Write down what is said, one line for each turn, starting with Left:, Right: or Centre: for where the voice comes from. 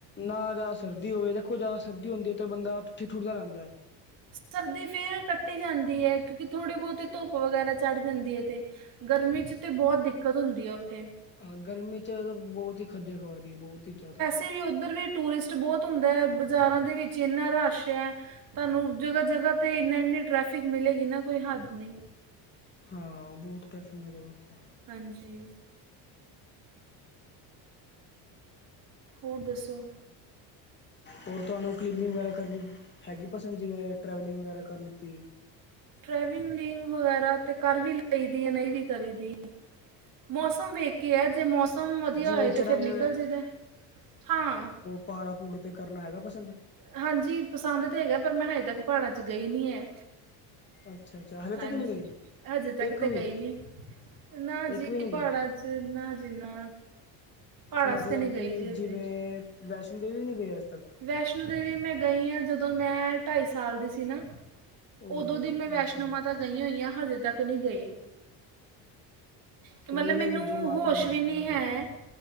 Left: ਨਾ ਜਾ ਸਰਦੀ ਹੋਵੇ ਦੇਖੋ ਜਾਂ ਸਰਦੀ ਹੁੰਦੀ ਏ ਤੇ ਬੰਦਾ ਠੀਠੁਠਦਾ ਰੇਂਦਾ।
Right: ਸਰਦੀ ਫੇਰ ਕੱਟੀ ਜਾਂਦੀ ਏ ਕਿਉਂਕਿ ਥੋੜ੍ਹੀ ਬੋਤੀ ਧੁੱਪ ਵਗੈਰਾ ਚੜ ਜਾਂਦੀ ਏ ਤੇ। ਗਰਮੀ ਇਚ ਤੇ ਬੋਤ ਦਿੱਕਤ ਹੁੰਦੀ ਏ ਉਥੇ।
Left: ਹਾਂ ਗਰਮੀ ਚ ਬੋਤ ਹੀ ਖੱਜਲ ਖੂਆਰੀ ਏ ਬੋਤ ਹੀ ਜ਼ਾਦਾ।
Right: ਤੇਵੀ ਉੱਧਰ ਵੀ ਟੂਰਿਸਟ ਬੋਤ ਹੁੰਦਾ ਏ ਬਜ਼ਾਰਾਂ ਦੇ ਵਿੱਚ ਇੰਨਾ ਰਸ਼ ਐ। ਤਾਨੂੰ ਜਗ੍ਹਾ-ਜਗ੍ਹਾ ਤੇ ਇੰਨਾ-ਇੰਨੀ ਟਰੈਫਿਕ ਮਿਲੇਗੀ ਨਾ ਕੋਈ ਹੱਦ ਨੀ।
Left: ਹਾਂ, ਬੋਤ ਟੈਫਿਕ ਮਿਲੇਗਾ ਓਥੇ।
Right: ਹਾਂਜੀ ਹੋਰ ਦੱਸੋ?
Left: ਹੋਰ ਤੁਆਨੂੰ ਕਲੀਬਿੰਗ ਵਗੈਰਾ ਕਰਨੀ ਹੈਗੀ ਪਸੰਦ ਜਿਵੇਂ ਟ੍ਰੈਵਲਿੰਗ ਵਗੈਰਾ ਕਰ ਲਿੱਤੀ।
Right: ਟ੍ਰੈਵਿੰਗ ਲਿੰਗ ਵਗੈਰਾ ਤੇ ਕਰ ਵੀ ਲਈ ਦੀ ਏ ਨਈ ਵੀ ਕਰੀ ਦੀ। ਮੌਸਮ ਵੇਖ ਕੇ ਏ ਜੇ ਮੌਸਮ ਵਧੀਆ
Left: ਜਿਵੇਂ
Right: ਹੋਏ ਤੇ
Left: ਚੜਾਈ
Right: ਫੇਰ ਨਿਕਲ ਜਾਈ ਦਾ ਹਾਂ।
Left: ਪਾੜਾ ਪੂੜ ਤੇ ਕਰਨਾ ਹੈਗਾ ਪਸੰਦ?
Right: ਹਾਂਜੀ ਪਸੰਦ ਤੇ ਹੈਗਾ ਪਰ ਮੈਂ ਹਜੇ ਤੱਕ ਪਾੜਾਂ ਚ ਗਈ ਨੀ ਐ।
Left: ਅੱਛਾ ਅੱਛਾ ਹਾਲੇ ਤੱਕ
Right: ਹਾਂਜੀ,
Left: ਨਹੀਂ ਗਏ
Right: ਹਜੇ ਤੱਕ
Left: ਇੱਕ
Right: ਤੇ
Left: ਵੀ
Right: ਗਈ ਨੀ। ਨਾ
Left: ਇੱਕ
Right: ਜੀ
Left: ਵੀ ਨਹੀਂ
Right: ਪਾੜਾਂ
Left: ਗਏ
Right: ਚ ਨਾ ਜੀ ਨਾ। ਪਹਾੜਾਂ
Left: ਮਤਲਬ
Right: 'ਚ ਤੇ ਨਹੀਂ ਗਈ
Left: ਕਿ
Right: ਜੀ ਅਜੇ
Left: ਜਿਵੇਂ ਵੈਸ਼ਨੋ ਦੇਵੀ ਵੀ ਨੀ ਗੇ ਅੱਜ ਤੱਕ?
Right: ਵੈਸ਼ਨੋ ਦੇਵੀ ਮੈਂ ਗਈ ਆ ਜਦੋਂ ਮੈਂ ਢਾਈ ਸਾਲ ਦੀ ਸੀ ਨਾ
Left: ਓਏ
Right: ਉਦੋ
Left: ਹੋਏ
Right: ਦੀ ਮੈਂ
Left: ਢਾਈ
Right: ਵੈਸ਼ਨੋ
Left: ਸਾਲ
Right: ਮਾਤਾ ਗਈ ਹੋਈਆਂ, ਹਜੇ ਤੱਕ ਨੀ ਗਈ। ਕੇ
Left: ਕੋਈ
Right: ਮਤਲਬ
Left: ਨੀ
Right: ਮੈਨੂੰ
Left: ਜੇ ਮਾਤਾ
Right: ਹੋਸ਼
Left: ਨੇ
Right: ਵੀ
Left: ਬੁਲਾਣਾ
Right: ਨੀ ਹੈ
Left: ਫਿਰ